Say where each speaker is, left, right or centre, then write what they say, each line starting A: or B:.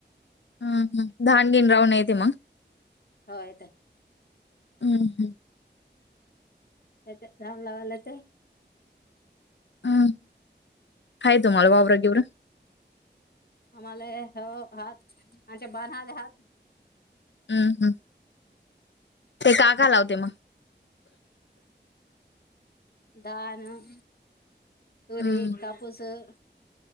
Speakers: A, on the left; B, on the left.
A: <unintelligible>
B: हो, येतंय.
A: हूं हम्म
B: <unintelligible>
A: <unintelligible>
B: <unintelligible>
A: हूं हूं, ते का का लावते म
B: धानं, तुरी,
A: हम्म.
B: कापूसं